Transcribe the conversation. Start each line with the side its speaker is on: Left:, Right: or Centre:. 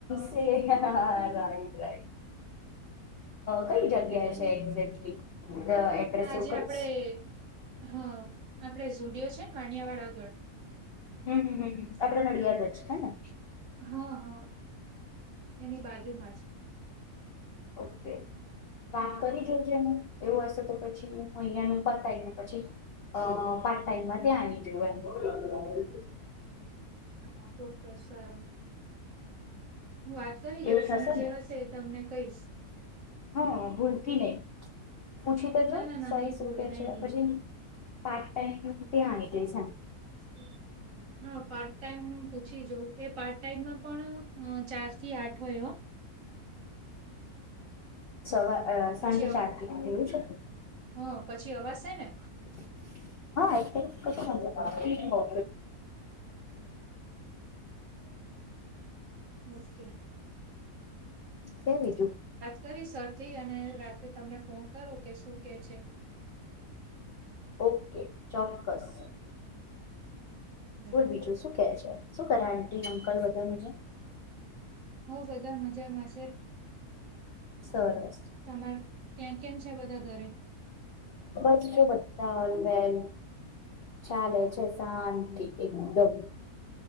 Left: હ રાટ રાઈટ કંઈ જગ્યાએ, ગયા
Right: હમ.
Left: છે, એક્ઝેક્ટલી એડ્રેસ
Right: આજે
Left: એવું કંઈશ.
Right: આપણે હા આપડે ઝુડિયો છે, ને વાનિયા વાળા આગળ.
Left: હું, હું, હું, આપડે નડિયાદ જ છે, ને
Right: હા, હા એની બાજુમાં છે.
Left: ઓકે, વાત કરી જોજે એવું હશે તો પછી હું અહીંયાનું પતાયદે પછી. અ પાર્ટ ટાઈમમાં ત્યા આની જોવાનું,
Right: <unintelligible> <inaudible> હું વાત કરી
Left: એવું
Right: જોઈશ
Left: થશે
Right: અને જે
Left: ને
Right: હશે તમને કહીશ,
Left: હા ભૂલથી નહીં પૂછી તોજો
Right: ના ના ના
Left: સર
Right: નહી
Left: શું
Right: ભૂલું
Left: કે
Right: નહી
Left: છે, પછી પાર્ટ ટાઈમ તે આઈ છે.
Right: હ <inaudible> હા પાર્ટ ટાઈમ હું પૂછી જાઉએ પાર્ટ ટાઈમમાં પણ ચાર થી આઠ હોય.
Left: સવારે સાંજે
Right: પછી અવ
Left: ચાર થયા એવું છે.
Right: હા પછી અવાજ છે, ને
Left: <inaudible> <unintelligible> હા આ મટ મરા, હા
Right: ઓકે.
Left: કે બીજું,
Right: કરી સરથી અને રાત્રે તમને ફોન કરો કેશું કે છે,
Left: ઓકે ચોક્કસ
Right: બરાબર
Left: બોલ બીજું શું, કે છે, શું કરે આટી અંકલ બધા મજામાં,
Right: હો બધા મજામાં છે,
Left: સરસ,
Right: તમાર ત્યાં કેમ છે, બધા ઘરે.
Left: બસજો બધા ઓલવેજ, ચાલે છે શાંતિ એકદમ